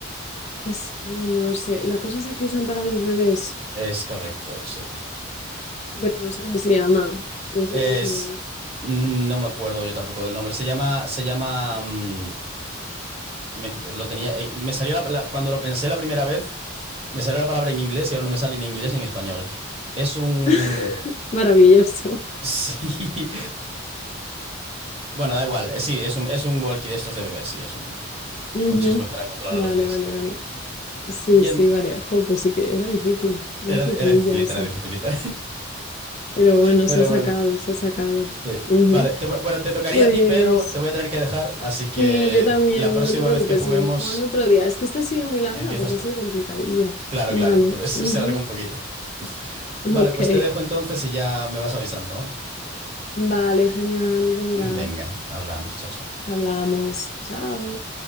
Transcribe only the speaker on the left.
es, uh, no lo sé. La cosa es que usan para los bebés.
pero no sé cómo se llama, no sé
cómo se llama.
<laughs> Maravilloso.
Ujú.
Vale,
vale, vale. Sí,
sí, vale. Jo, pues sí que era difícil, era
dificililla
esa.
Pero bueno,
se ha sacado,
se ha sacado.
Ujú.
Pues
sí, yo también,
no te preocupes,
seguimos jugando otro día. Es que esta ha sido muy larga
porque
ha sido complicadilla.
Vale,
ujú.
Ok.
Vale, genial, venga,
hablamos. Chao.